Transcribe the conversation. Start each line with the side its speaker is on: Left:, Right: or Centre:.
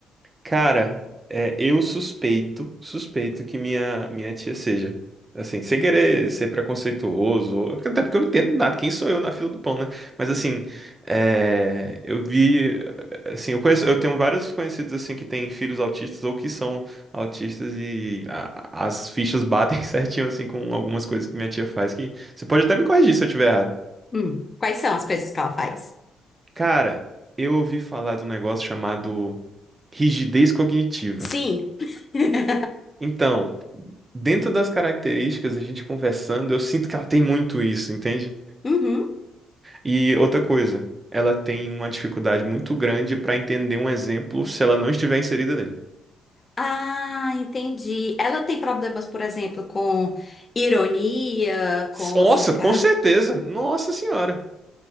Right: Cara, é, eu suspeito, suspeito que minha, minha tia seja. Assim, sem querer ser preconceituoso, ou- porque- até porque eu não entendo nada, quem sou eu na fila do pão, né? Mas assim, é, eu vi, assim, eu conheço, eu tenho vários conhecidos assim que têm filhos autistas ou que são autistas e a- as fichas batem <laughs> certinho assim com algumas coisas que minha tia faz que você pode até me corrigir se eu estiver errado.
Left: Hum, quais são as coisas que ela faz?
Right: Cara, eu ouvi falar de um negócio chamado rigidez cognitiva.
Left: Sim. <laughs>
Right: Então, dentro das características, a gente conversando, eu sinto que ela tem muito isso, entende?
Left: Uhum.
Right: E outra coisa, ela tem uma dificuldade muito grande para entender um exemplo se ela não estiver inserida nele.
Left: Ah, entendi. Ela tem problemas, por exemplo, com ironia,
Right: S-
Left: com
Right: Nossa,
Left: sarcasmo.
Right: com certeza. Nossa senhora.